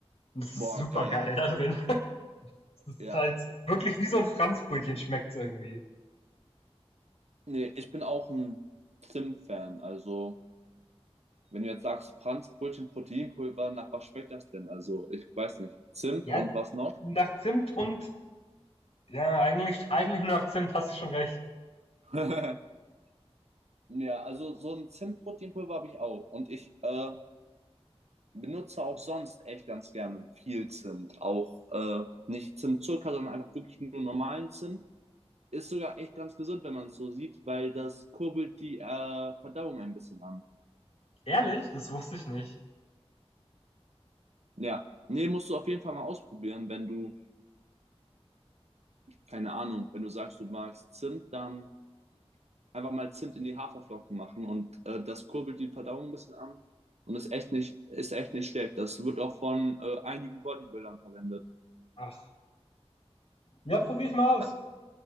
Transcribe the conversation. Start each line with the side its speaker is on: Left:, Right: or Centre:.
Left: Und das ist
Right: Boah,
Left: supergeil
Right: geil.
Left: da drin. <laughs> Es ist
Right: Ja.
Left: halt wirklich wie so ein Franzbrötchen schmeckt es irgendwie.
Right: Nee, ich bin auch ein Zimt-Fan. Also, wenn du jetzt sagst, Franz Brötchen Proteinpulver, nach was schmeckt das denn? Also, ich weiß nicht. Zimt
Left: Ja,
Right: und was noch?
Left: nach Zimt und, ja, eigentlich, eigentlich nur nach Zimt hast du schon recht.
Right: <laughs> Ja, also so ein Zimt-Proteinpulver habe ich auch. Und ich äh, benutze auch sonst echt ganz gerne viel Zimt. Auch äh, nicht Zimtzucker, sondern einfach wirklich nur normalen Zimt. Ist sogar echt ganz gesund, wenn man es so sieht, weil das kurbelt die äh, Verdauung ein bisschen an.
Left: Ehrlich? Das wusste ich nicht.
Right: Ja. Nee, musst du auf jeden Fall mal ausprobieren, wenn du, keine Ahnung, wenn du sagst, du magst Zimt, dann einfach mal Zimt in die Haferflocken machen und äh, das kurbelt die Verdauung ein bisschen an und ist echt nicht, ist echt nicht schlecht. Das wird auch von äh, einigen Bodybuildern verwendet.
Left: Ach. Ja, probier ich mal aus.
Right: Ja.